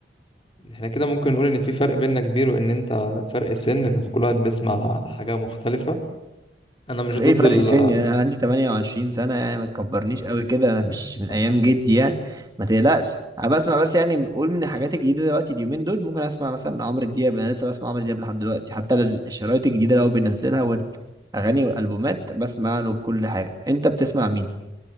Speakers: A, on the left; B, on the right.
A: احنا كده ممكن نقول ان في فرق بيننا كبير وان انت فرق سن فكل واحد بيسمع حاجة مختلفة انا مش
B: ايه
A: ضد
B: فرق
A: ال
B: سني انا عندي 28 سنه يعني ما تكبرنيش قوي كده انا مش
A: <laughs>
B: من ايام جدي يعني ما تقلقش انا بسمع بس يعني قول من الحاجات الجديده دلوقتي اليومين دول ممكن اسمع مثلا عمرو دياب انا لسه بسمع عمرو دياب لحد دلوقتي حتى ال- الشرايط الجديده اللي هو بينزلها والاغاني والالبومات بسمع له كل حاجه انت بتسمع مين